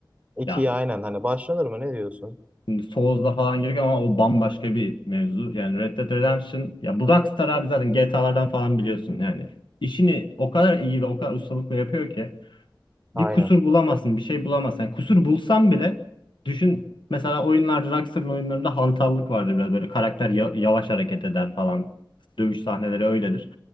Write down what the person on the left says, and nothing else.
Ya
şimdi Souls'da falan giriyor ama o bambaşka bir mevzu. Yani Red Dead Redemption ya bu Rockstar abi zaten GTA'lardan falan biliyorsun yani. İşini o kadar iyi ve o kadar ustalıkla yapıyor ki bir
kusur bulamazsın, bir şey bulamazsın. Yani kusur bulsam bile düşün mesela oyunlarda Rockstar'ın oyunlarında hantallık vardır biraz böyle karakter ya- yavaş hareket eder falan. Dövüş sahneleri öyledir.